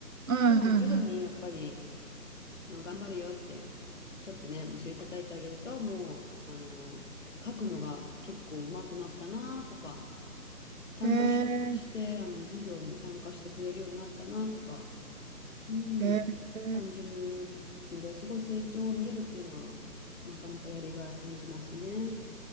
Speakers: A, on the right; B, on the left.
A: はいは
B: でも徐々にやっぱり、あの、頑張るよって、ちょっとね、お尻叩いてあげると、もう、あの、書くのが結構上手くなったなとか、ちゃんと集中して、
A: い。へえ、
B: あの、授業に参加してくれるようになったなとか、うん、
A: へえ、
B: 感じるので、すごい成長を見れるっていうのは、なかなかやりがいを感じますね。